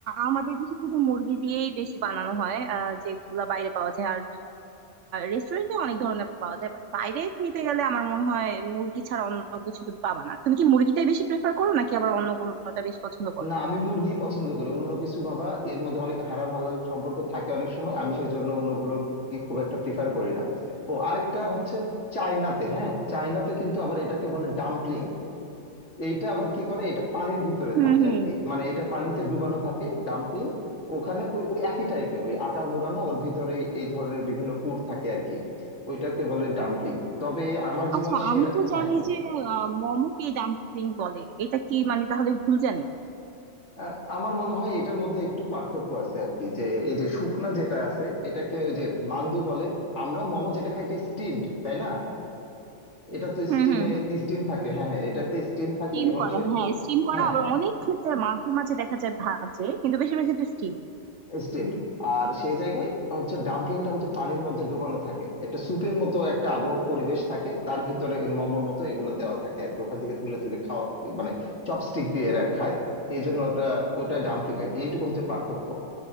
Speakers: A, on the right (about 85°); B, on the left (about 75°).
A: আমাদের দেশে শুধু মুরগি দিয়েই বেশি বানানো হয় আহ, যেগুলা বাইরে পাওয়া যায় আর রেস্টুরেন্টে অনেক ধরনের পাওয়া যায় বা- বাইরে খেতে গেলে আমার মনে হয় মুরগি ছাড়া অন্য কিছু তুমি পাবা না তুমি কি মুরগিটাই বেশি প্রেফার করো নাকি আবার অন্য কোনোটা বেশি পছন্দ করো
B: না আমি মুরগি পছন্দ করি অন্য কিছু বাবা এর মধ্যে অনেক হারাম হালাল সম্পর্ক থাকে অনেক সময় আমি সেই জন্য অন্যগুলোর কি খুব একটা প্রিফার করি না ও আরেকটা হচ্ছে চায়নাতে হ্যাঁ চায়নাতে কিন্তু আবার এটাকে বলে ডাম্পলিং এইটা আবার কি করে এটা পানির ভিতরে
A: হুম
B: থাকে
A: হুম
B: আর কি মানে এটা পানিতে ডুবানো থাকে ডাম্পলিং ওখানে ওই ওই একই টাইপের ওই আটা মোড়ানো ওর ভিতরে এই ধরনের বিভিন্ন পুর থাকে আর কি ওইটাকে বলে ডাম্পলিং তবে আমার জীবনে
A: আচ্ছা
B: সেরা
A: আমি তো জানি
B: হ্যাঁ
A: যে মোমোকে ডাম্পলিং বলে এটা কি মানে তাহলে ভুল জানি
B: আ- আমার মনে হয় এটার মধ্যে একটু পার্থক্য আছে আর কি যে এই যে শুকনা যেটা আছে এটাকে ওই যে মান্দু বলে আমরাও মোমো যেটা খাইতে স্টিমড তাই না এটা তো
A: হুম
B: স্টিমে
A: হুম হুম
B: স্টিম থাকে হ্যাঁ হ্যাঁ এটাতে স্টিম থাকে
A: স্টিম
B: এবং
A: করা
B: সে
A: হ্যাঁ স্টিম করা
B: হ্যাঁ
A: আবার অনেক ক্ষেত্রে মাঝে মাঝে দেখা যায় ভাজে কিন্তু বেশিরভাগ ক্ষেত্রে স্টিম
B: স্টিমড আর সেই জায়গায় হচ্ছে ডাম্পলিংটা হচ্ছে পানির মধ্যে ডোবানো থাকে একটা স্যুপের মতো একটা আবহ পরিবেশ থাকে তার ভিতরে ওই মোমোর মতো এগুলো দেওয়া থাকে আর কি ওখান থেকে তুলে তুলে খাওয়া মানে চপস্টিক দিয়ে এরা খায় এই জন্য ওটা ওটা ডাম্পলিং আর কি এইটুকু হচ্ছে পার্থক্য